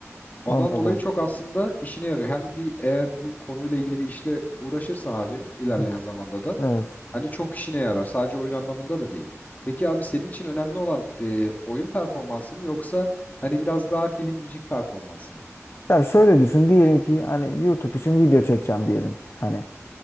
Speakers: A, on the left (about 30°); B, on the left (about 50°).
A: Ondan
B: Anladım.
A: dolayı çok aslında işine yarıyor. Hem bir eğer bu konuyla ilgili bir işle uğraşırsan abi ilerleyen
B: Hı.
A: zamanda da
B: Evet.
A: hani çok işine yarar. Sadece oyun anlamında da değil. Peki abi senin için önemli olan e, oyun performansı mı yoksa hani biraz daha film müzik performansı mı?
B: Ya şöyle düşün diyelim ki hani YouTube için video çekeceğim diyelim ki hani